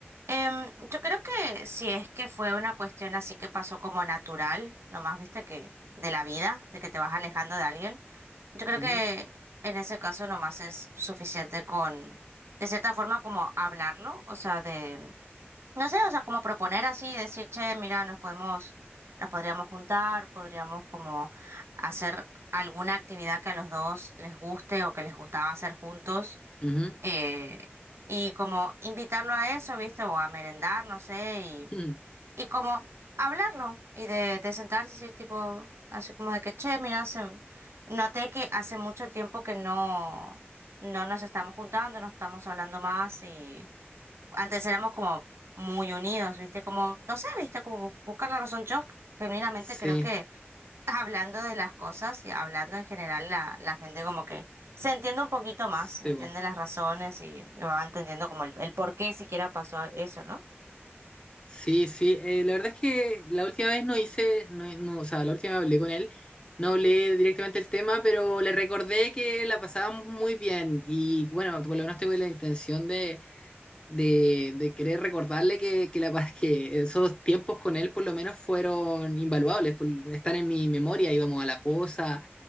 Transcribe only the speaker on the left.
ujú,
ujú.
Mm,
Sí,
sí,
po.
Sí, sí, eh, la verdad es que la última vez no hice, no, no, o sea, la última vez hablé con él, no hablé directamente el tema, pero le recordé que la pasábamos muy bien y bueno, por lo menos tuve la intención de, de, de querer recordarle que, que, la, pa- <laughs> que esos tiempos con él por lo menos fueron invaluables, por- están en mi memoria, íbamos a la posa